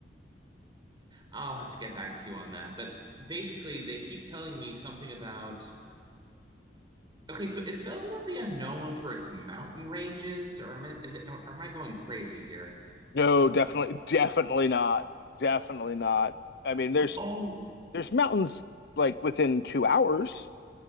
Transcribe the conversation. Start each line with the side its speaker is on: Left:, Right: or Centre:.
Right: I'll have to get back to you on that. But basically, they keep telling me something about. Okay, so is Philadelphia known for its mountain ranges, or am I, is it, or, or am I going crazy here?
Left: no,
Right: Uh,
Left: definitely, definitely not. Definitely not. I mean, there's
Right: oh,
Left: there's mountains like within two hours.